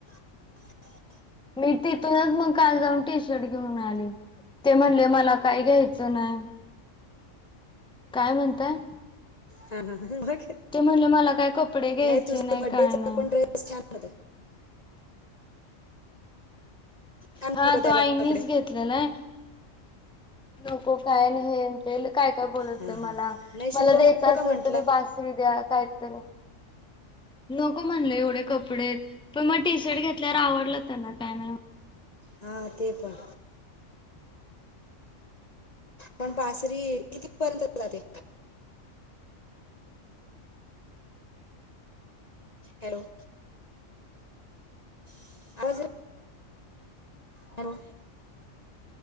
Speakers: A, on the left; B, in the centre.
A: <inaudible>
B: मी तिथूनच मग काल जाऊन टी शर्ट घेऊन आले. ते म्हणले मला काय घ्यायचं नाही. काय म्हणताय?
A: हा, हा, हा, मग?
B: ते म्हणले मला काय कपडे घ्यायचे
A: नाही तुझा बड्डेचा
B: काय नाही
A: पण ड्रेस छान होता. का नको
B: हा
A: त्याला
B: तो आईनीच
A: कपडे?
B: घेतलेला आहे नको काय नाही हे अन् ते काय काय बोलत होते
A: हां हां
B: मला.
A: नाही शुभम
B: मला ते
A: नको
B: द्यायचं असेल
A: का म्हटला
B: तर बासरी द्या. काय तर नको म्हणलं एवढे कपडे पण मग टी शर्ट घेत ल्यावर आवडला त्यांना. काय नाही म्ह
A: हा ते पण पण बासरी कितीपर्यंत जाते. हॅलो. <unintelligible> हॅलो.